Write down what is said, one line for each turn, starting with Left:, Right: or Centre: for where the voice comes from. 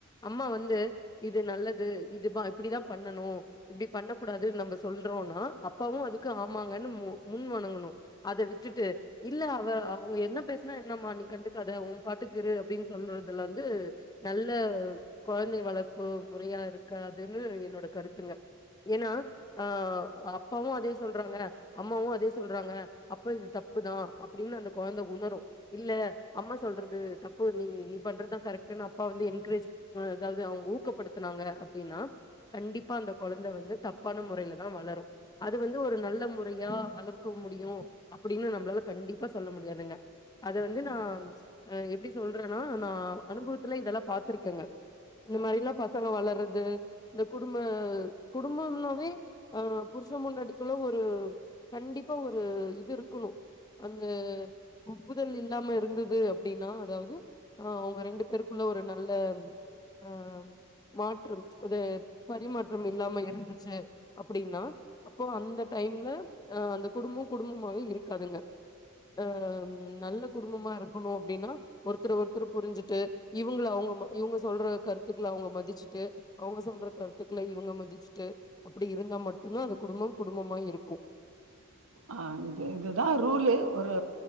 Left: அம்மா வந்து இது நல்லது இது பா இப்டிதா பண்ணணு இப்டி பண்ணக்கூடாது நம்ப சொல்றோனா அப்பாவு அதுக்கு ஆமாங்கன் மு முன் வணங்கணு அத விட்டுட்டு இல்ல அவ அவுங்க என்ன பேஸ்னா என்னம்மா நீ கண்டுக்காத ஊ பாட்டுக்கிரு அப்டின் சொல்றதுல வந்து நல்ல கொழ ந்தை வளர்ப்பு முறையா இருக்காதுன்னு என்னோட கருத்துங்க ஏனா ஆ அப்பாவு அதே சொல்றாங்க அம்மாவு அதே சொல்றாங்க அப்ப இது தப் புதா அப்டின் அந்த கொழந்த உணரு இல்ல அம்மா சொல்றது தப்பு நீ நீ பண்றதா கரெட்டுன் அப்பா வந்து என்க்ரேஜ் எதாவது அவுங் ஊக்கப் படுத்துனாங்க அப்டினா கண்டிப்பா அந்த கொழந்த வந்து தப்பான முறைல தா வளரு அது வந்து ஒரு நல்ல முறையா வளர்க்க முடியு அப்டின்னு நம்பளால கண்டிப்பா சொல்ல முடியாதுங்க அத வந்து நா ப்ச் அ எப்டி சொல்றனா நா அனுபவத்துல இதெல்லா பாத்துருக்கேங்க இந்த மாரிலா பசங்க வளறது இந்த குடும்ப குடும்பம்னாவே அ புரு ச பொண்டாட்டிக்குள்ள ஒரு கண்டிப்பா ஒரு இது இருக்கணு அந்த ஒப்புதல் இல்லாம இருந்தது அப்டினா அதாவது ஆ அவுங்க ரெண்டு பேருக்குள்ள ஒரு நல்ல ஆ மாற்றம் அது பரிமாற்றம் இல்லாம இருந்துச்சி அப்டினா அப்போ அந்த டைம்ல அ அந்த குடும்பம் குடும்பமாவே இருக்காதுங்க ஆ ம் நல்ல குடும்பமா இருக்கணு அப்டினா ஒருத்தர் ஒருத்தரு புரிஞ்சிட்டு இவுங்லா அவுங்க ம இவுங்க சொல்ற கருத்துக்கள அவுங்க மதிச்ட்டு அவுங்க சொல்ற கருத்துக்கள இவுங்க மதிச்ட்டு அப்டி இருந்தா மட்டுதா அது குடும்பம் குடும்பமா இருக்கு
Right: ஆ இது இதுதா ரூலு ஒரு